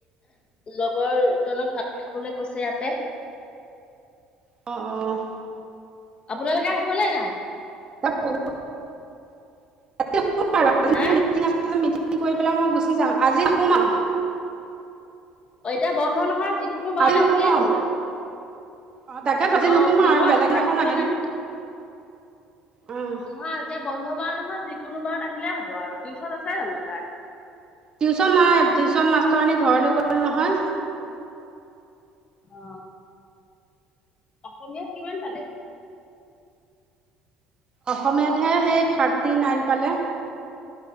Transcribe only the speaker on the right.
অ, অ।
<unintelligible>
মিটি আছে যে মিটিং কৰি পেলাই মই গুচি যাম, আজি শুম আও।
আজি নোসোমাও
অ', তাকে আজি
নোসোমাওঁ
আৰু বেলেগদিনাখন
আহিম,
উ'ম।
টিউশন নাই টিউশচন মাষ্টৰনী ঘৰলৈ গ'ল নহয়।
অসমীয়াতহে সেই থাৰ্টি নাইন পালে।